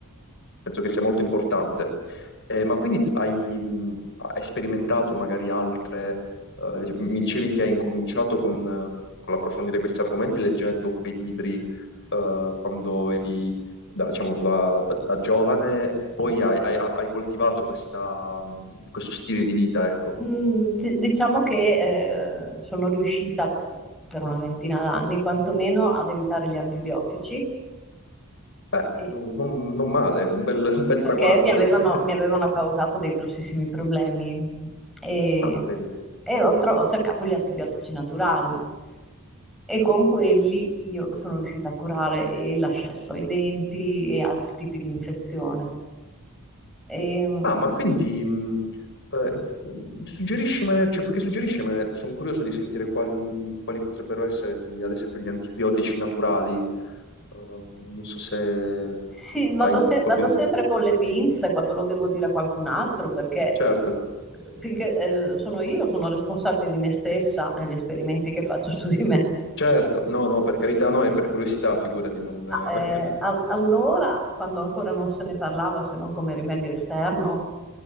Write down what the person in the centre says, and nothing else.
Sì.
Mm, di- Diciamo che eh, sono riuscita mh, per una ventina d'anni quantomeno ad evitare gli antibiotici
eh,
perché
mi avevano,
mi avevano causato dei grossissimi problemi e,
e ho, tro- ho cercato gli antibiotici naturali e con quelli io sono riuscita a curare e l'ascesso ai denti e altri tipi di infezione. E,
Sì, vado,
se-
vado sempre con le pinze quando lo devo dire a qualcun altro perché
so- finché eh, sono io sono responsabile di me stessa e gli esperimenti che faccio su di me.
Ma, eh, a- allora, quando ancora non se ne parlava se non come rimedio esterno,